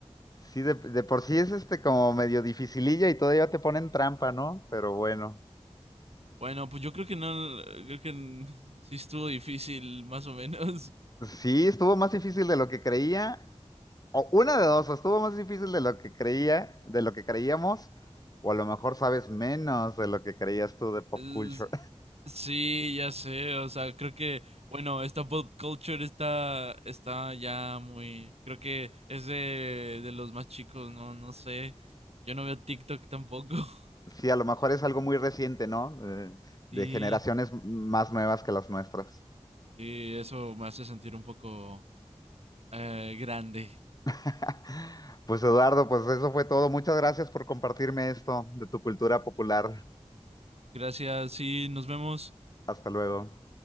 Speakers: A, on the left (about 35°); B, on the right (about 60°).
A: sí, de, de por sí es este como medio dificililla y todavía te ponen trampa, ¿no? Pero bueno.
B: Bueno, pues yo creo que no. Creo que n- sí estuvo difícil, más o menos.
A: Sí, estuvo más difícil de lo que creía. O una de dos, o estuvo más difícil de lo que creía, de lo que creíamos, o a lo mejor sabes menos de lo que creías tú
B: <laughs>
A: de pop
B: Es-
A: culture.
B: Sí, ya sé. O sea, creo que. Bueno, esta pop culture está. Está ya muy. Creo que es de, de los más chicos, ¿no? No sé. Yo no veo TikTok tampoco. <laughs>
A: sí, a lo mejor es algo muy reciente, ¿no? Eh, de
B: Sí.
A: generaciones más nuevas que las nuestras.
B: Sí, eso me hace sentir un poco Eh, grande.
A: <laughs> Pues Eduardo, pues eso fue todo. Muchas gracias por compartirme esto de tu cultura popular.
B: Gracias Sí, nos vemos.
A: Hasta luego.